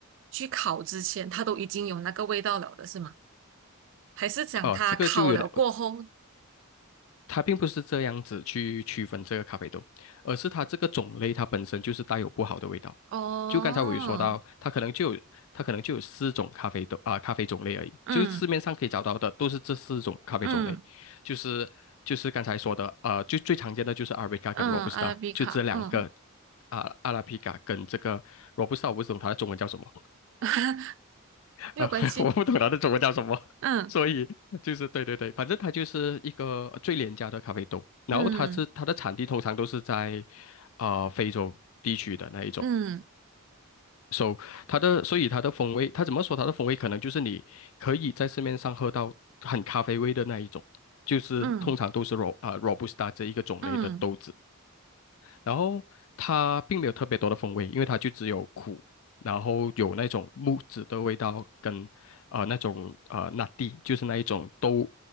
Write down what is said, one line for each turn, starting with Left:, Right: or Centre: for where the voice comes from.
Right: 去烤之前，它都已经有那个味道了的是吗？还是讲它烤了过后？
Left: 呃，这个就有点它并不是这样子去区分这个咖啡豆，而是它这个种类它本身就是带有不好的味道。
Right: 哦，
Left: 就刚才我有说到，它可能就有它可能就有四种咖啡豆啊、咖啡种类而已，
Right: 嗯
Left: 就是市面上可以找到的都是这四种咖啡种类，
Right: 嗯
Left: 就是就是刚才说的，呃，就最常见的就是阿 r a b
Right: 嗯，
Left: 跟罗布斯塔，
Right: 阿拉比卡，
Left: 就这两个
Right: 嗯，
Left: 啊、阿拉比卡跟这个 Robusta，我不懂它的中文叫什么，
Right: <laughs> 没有关系，
Left: 啊，<laughs> 我不懂它的中文叫什么，
Right: 嗯
Left: 所以就是对对对，反正它就是一个最廉价的咖啡豆，然后它是它的产地通常都是在
Right: 嗯
Left: 啊、呃非洲地区的那一种
Right: 嗯
Left: ，so 它的所以它的风味，它怎么说它的风味可能就是你可以在市面上喝到很咖啡味的那一种，就是通常都是
Right: 嗯
Left: ro 啊、robusta 这一个种类的豆子，
Right: 嗯
Left: 然后它并没有特别多的风味，因为它就只有苦，然后有那种木质的味道跟呃那种呃拿地，就是那一种都